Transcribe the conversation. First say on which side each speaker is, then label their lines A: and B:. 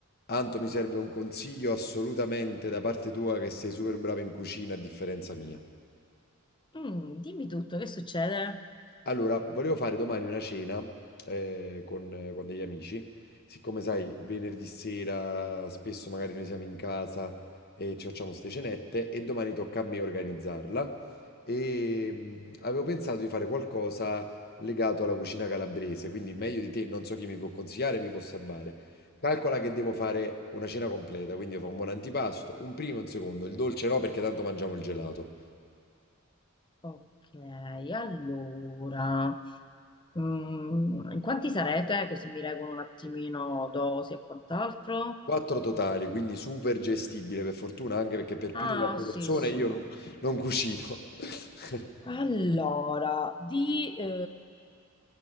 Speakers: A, on the left (about 45°); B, on the left (about 20°).
A: Anto, mi serve un consiglio assolutamente da parte tua che sei super brava in cucina a differenza mia.
B: Mm, dimmi tutto, che succede?
A: Allora, volevo fare domani una cena eh, con, eh, con degli amici. Siccome sai, venerdì sera spesso magari noi siamo in casa e ci facciamo ste cenette e domani tocca a me organizzarla. E mh, avevo pensato di fare qualcosa legato alla cucina calabrese, quindi meglio di te, non so chi mi può consigliare, mi può salvare. Calcola che devo fare una cena completa, quindi io fa un buon antipasto, un primo e un secondo, il dolce no perché tanto mangiamo il gelato.
B: Ok, allora, mm, in quanti sarete? Così mi regolo un attimino dosi e quant'altro.
A: Quattro totali, quindi super gestibile per fortuna, anche perché per
B: Ah,
A: più di quattro
B: sì,
A: persone
B: sì.
A: io non, non cucino. <laughs>
B: Allora, di, eh,